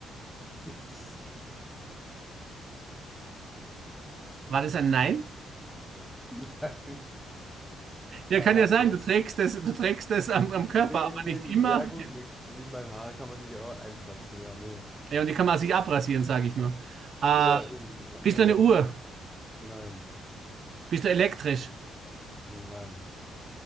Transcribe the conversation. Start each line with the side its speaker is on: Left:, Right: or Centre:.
Centre: <laughs>
Right: War das ein Nein?
Centre: Nein.
Right: Ja,
Centre: Haare,
Right: kann ja
Centre: ja.
Right: sein,
Centre: Das,
Right: du trägst das, du trägst das am, am
Centre: nee,
Right: Körper, aber
Centre: nee,
Right: nicht
Centre: nee.
Right: immer.
Centre: Ja, gut. ne- Ich meine, Haare kann man sich ja auch einpflanzen. Ja, nee.
Right: Ja, und die kann man sich abrasieren, sage ich nur. Äh,
Centre: Ja, eben.
Right: bist
Centre: nee,
Right: du eine Uhr?
Centre: nee. Nein.
Right: Bist du elektrisch?
Centre: Nein.